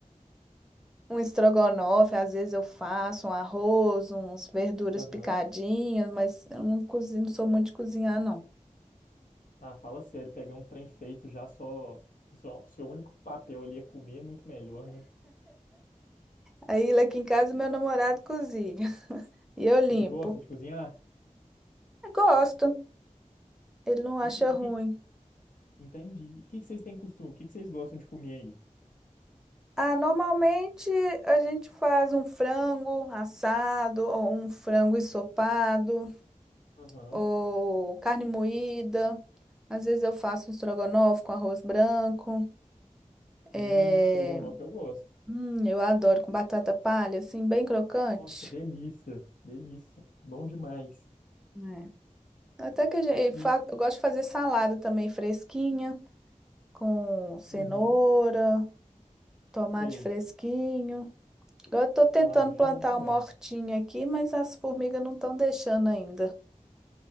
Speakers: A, in the centre; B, on the left.
A: um estrogonofe, às vezes eu faço um arroz, uns verduras
B: Aham.
A: picadinhas, mas eu não cozinho, não sou muito de cozinhar, não.
B: Ah, fala sério, pegar um trem feito já só. Que só seu único papel ali é comer é muito melhor, né?
A: Aí lá aqui em casa meu namorado cozinha <laughs> e eu limpo.
B: Ele gosta de cozinhar?
A: Eu gosto. Ele não acha
B: E que,
A: ruim.
B: e que... Entendi. E o que que vocês têm costume? O que que vocês gostam de comer aí?
A: Ah, normalmente a gente faz um frango assado, ou um frango ensopado,
B: Aham.
A: ou carne moída. Às vezes eu faço um estrogonofe com arroz branco. É,
B: Hum, estrogonofe eu gosto.
A: hum, eu adoro com batata palha, assim, bem crocante.
B: Nossa, delícia, delícia. Bom demais.
A: né? Até que a gente,
B: E,
A: eu gosto de fazer salada também fresquinha, com cenoura,
B: uhum,
A: tomate
B: sei,
A: fresquinho. Agora eu tô tentando
B: saladinha
A: plantar
B: é bom também.
A: uma hortinha aqui, mas as formigas não estão deixando ainda.